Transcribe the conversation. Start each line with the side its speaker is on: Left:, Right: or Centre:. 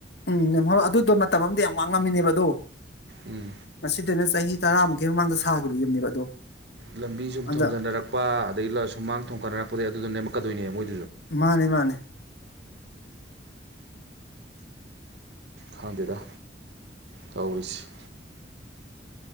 Left: ꯎꯝ ꯅ ꯍ ꯑꯗꯨꯗꯣ ꯃꯇꯝ ꯑꯗ ꯌꯥꯝ ꯋꯥꯡꯉꯝꯃꯤꯅꯦꯕ ꯑꯗꯣ
Right: ꯎꯝ
Left: ꯃꯁꯤꯗꯅ ꯆꯍꯤ ꯇꯔꯥꯃꯨꯛꯀꯤ ꯃꯃꯥꯡꯗ ꯁꯥꯈꯤꯕ ꯌꯨꯝꯅꯦꯕ ꯑꯗꯣ
Right: ꯂꯝꯕꯤ ꯁꯨꯝ
Left: ꯑꯗ
Right: ꯊꯣꯟꯖꯟꯅꯔꯛꯄ ꯑꯗꯒꯤ ꯁꯨꯝ ꯃꯥꯡ ꯊꯣꯟ ꯀꯠꯅꯔꯛꯄꯗꯒꯤꯩ ꯑꯗꯨꯗꯨꯅꯦ ꯀꯣꯏꯅꯦ ꯃꯣꯏ
Left: ꯃꯥꯅꯦ ꯃꯥꯅꯦ
Right: ꯈꯪꯗꯦꯗ ꯇꯧꯔꯤꯁꯤ